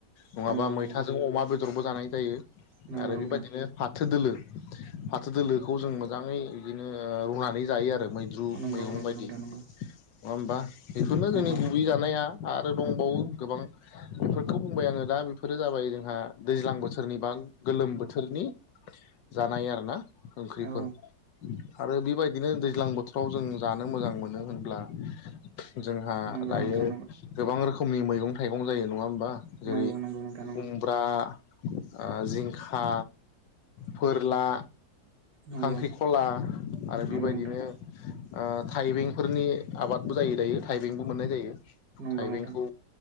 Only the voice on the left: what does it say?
नङाबा
मैथाजों
अमा बेदरबो जानाय जायो।
आरो बेबायदिनो फा थो दोलो फाथो दोलोखौ जों मोजाङै बिदिनो रुनानै जायो आरो। फ्राय मैद्रु
मैगं
बायदि
नङा
होमबा। बेफोरनो
जोंनि गुबै जानाया आरो दंबावो गोबां बेफोरखौ बुंबाय आङो। दा बेफोरो जाबाय जोंहा दैज्लां बोथोरनि बा गोलोम बोथोरनि जानाय आरोना ओंख्रिफोर।
आरो बेबायदिनो दैज्लां बोथोराव जों जानो मोजां मोनो होनब्ला जोंहा
दायो
गोबां रोखोमनि मैगं थाइगं जायो नङा होम बा
जेरै
खुमब्रा ओ जिंखा फोरला
खांख्रिखला आरो
बेबायदिनो
ओ थाइबेंफोरनि आबादबो जायो दायो। थाइबेंबो मोननाय जायो
थाइबेंखौ